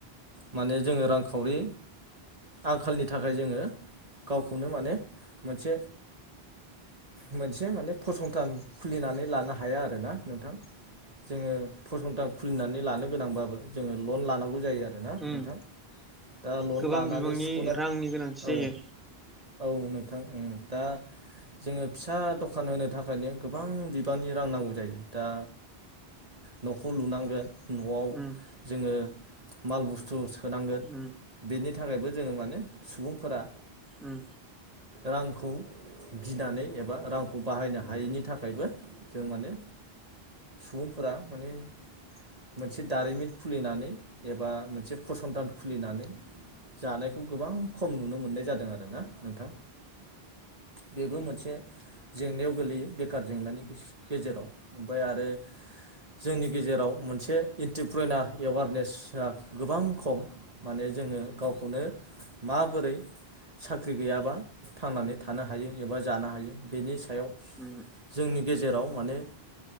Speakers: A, on the right (about 40°); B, in the centre.
A: माने जोङो रांखावरि आंखालनि थाखाय जोङो गावखौनो माने मोनसे मोनसे माने फसंथान खुलिनानै लानो हाया आरो ना। नोंथां जोङो फसंथान खुलिनानै लानो गोनांबाबो जोङो लन लानांगौ जायो। आरोना
B: उम
A: नोंथां दा लन
B: गोबां
A: लानानै
B: बिबांनि
A: सुख'नो
B: रांनि गोनांथि जायो।
A: औ औ नोंथां उम दा जोङो फिसा दखान होनो थाखायनो गोबां बिबांनि रां नांगौ जायो दा न'खौ लुनांगोन न'आव
B: उम
A: जोङो माल बुस थु सोनांगोन
B: उम
A: बेनि थाखायबो-' जोङो माने सुबुंफोरा
B: उम।
A: रांखौ गिनानै एबा रांखौ बाहायनो हायिनि थाखायबो जों माने सुबुंफोरा माने मोनसे दारिमिन खुलिनानै एबा मोनसे सन्थान खुलिनानै जानायखौ गोबां खम नुनो मोननाय जादों आर ना नोंथां बेबो मोनसे जेंनायाव गोलैयो बेखार जेंनानि गेजेराव ओफाय आरो जोंनि गेजेराव मोनसे इन्टिप्रनार एवारनेस गोबां माने जोङो गावखौनो माबोरै साख्रि गैयाबा थांनानै थानो हायो एबा जानो हायो बेनि सायाव
B: उम
A: जोंनि गेजेराव माने